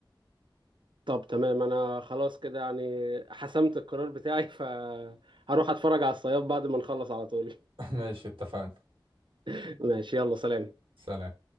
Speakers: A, on the right; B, on the right.
A: طب تمام أنا خلاص كده يعني حسمت القرار بتاعي فهروح أتفرج على الصياد بعد ما نخلص على طول
B: <laughs> ماشي اتفقنا
A: <laughs> ماشي يلا سلام
B: سلام